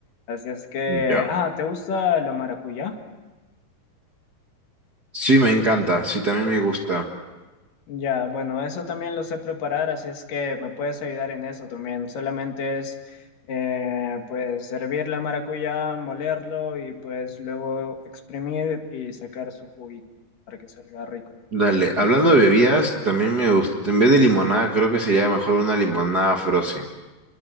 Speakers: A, on the left; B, on the right.
A: Así es que,
B: Ya.
A: ah, ¿te gusta la maracuyá?
B: Sí, me encanta, sí, también me gusta.
A: Ya, bueno, eso también lo sé preparar, así es que me puedes ayudar en eso también. Solamente es, eh, pues, servir la maracuyá, molerlo y pues luego exprimir y sacar su juguito para que salga rico.
B: Dale,
A: Bueno,
B: hablando
A: antes-
B: de bebidas, también me gusta, en vez de limonada, creo que sería mejor una limonada frozen.